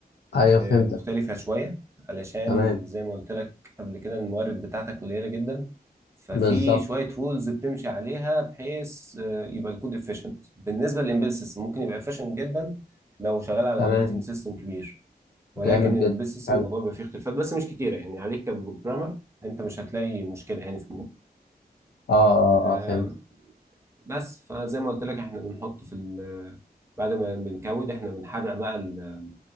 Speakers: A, on the left; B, on the right.
A: ايوه فهمتك
B: آه، مختلفة شوية علشان
A: تمام
B: ال- زي ما قلت لك قبل كده الموارد بتاعتك قليلة جدا ففي
A: بالظبط
B: شوية رولز بتمشي عليها بحيث آه، يبقى الكود efficient بالنسبة للإمبيل سيستم ممكن يبقى efficient جدا لو شغال على
A: تمام
B: اوبريتنج سيستم كبير ولكن
A: جامد
B: الإمبيل
A: جدا
B: سيستم
A: حلو
B: الموضوع بيبقى فيه اختلافات بس مش كتيرة يعني عليك كبروجرامر أنت مش هتلاقي مشكلة يعني في
A: اه اه
B: الموضوع
A: اه فهمت
B: بس فزي ما قلت لك احنا بنحط في ال بعد ما بنكود احنا بنحرق بقى ال-